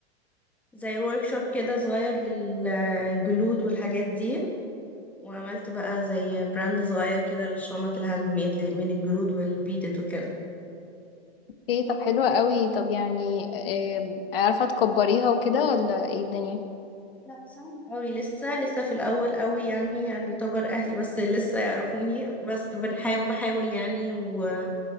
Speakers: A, in the centre; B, on the left (about 55°).
A: زي ورك شوب كده صغير للجلود والحاجات دي وعملت بقى زي براند صغير كده للشنط الهاند ميد ل- من الجلود والبيدد وكده
B: أوكي، طب حلوة قوي طب يعني آم، عارفة تكبريها وكده ولا ايه الدنيا
A: لا صعب قوي لسه لسه في الاول قوي يعني يعني يعتبر اهلي بس لسه يعرفوني بس بنحاول بحاول يعني و-